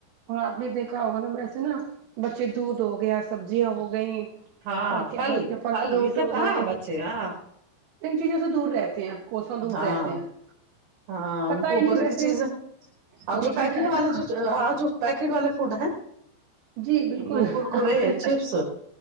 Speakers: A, on the right; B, on the right.
A: اور آپ نے دیکھا ہوگا نا ویسے نا بچے دودھ ہو گیا سبزیاں ہو گئیں
B: ہاں
A: اور کیا بولتے پھل فروٹ
B: یہ سب
A: ہو
B: کہاں
A: گئے
B: بچے ہاں
A: انن چیزوں سے دور رہتے ہیں کوساں دور
B: ہاں
A: رہتے ہیں
B: ہاں ان
A: پتا
B: کو
A: ہی
B: اوپر
A: نہیں ویسے
B: کی چیز اور
A: دیکھا
B: جو پیکٹ
A: جائے
B: والے
A: نا
B: جو ہاں جو پیکٹ والے فوڈ ہیں
A: جی بالکل
B: وہ کرکرے
A: آپ نے
B: چپس